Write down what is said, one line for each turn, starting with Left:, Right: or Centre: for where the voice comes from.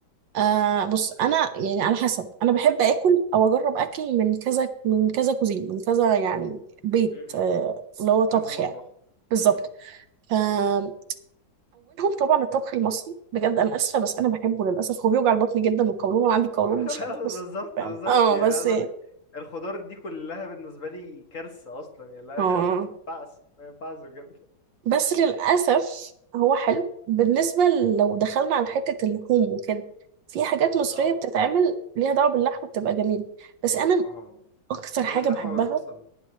Right: آه بص انا يعني على حسب انا بحب اكل او اجرب اكل من كذا من كذا كوزين من كذا يعني بيت
Left: م- م-
Right: آه اللي
Left: م.
Right: هو طبخ
Left: كذا مطبخ
Right: يعني بالظبط
Left: م- م-
Right: فاولهم طبعا الطبخ المصري بجد انا اسفه بس انا بحبه للاسف هو بيوجع
Left: م.
Right: البطن جدا والقولون انا عندي
Left: آه،
Right: قولون
Left: <laughs>
Right: مش قادره بس
Left: بالظبط
Right: فاهم
Left: بالظبط
Right: اه
Left: يعني
Right: بس
Left: عايز اقول لك الخضار دي كلها بالنسبه لي كارثه اصلا يعني لا
Right: اه
Left: <laughs> ما ينفعش ما ينفعش بجد
Right: بس للاسف هو حلو بالنسبه ل- لو دخلنا على حته اللحوم وكده في حاجات مصريه
Left: اه
Right: بتتعمل ليها دعوه باللحمه بتبقى جميله بس انا
Left: اه
Right: اكتر
Left: طاجن
Right: حاجه
Left: لحمه
Right: بحبها
Left: بالبصل